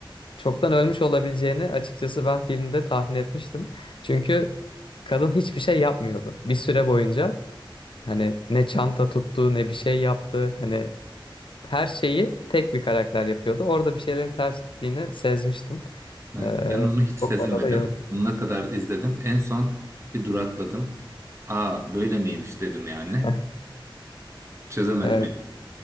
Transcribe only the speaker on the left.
çoktan ölmüş olabileceğini açıkçası ben filmde tahmin etmiştim. Çünkü kadın hiçbir şey yapmıyordu bir süre boyunca. Hani ne çanta tuttu ne bir şey yaptı. Hani her şeyi tek bir karakter yapıyordu. Orada bir şeylerin ters gittiğini sezmiştim.
Ee,
o konuda da yanılmadım.
<laughs>
Evet,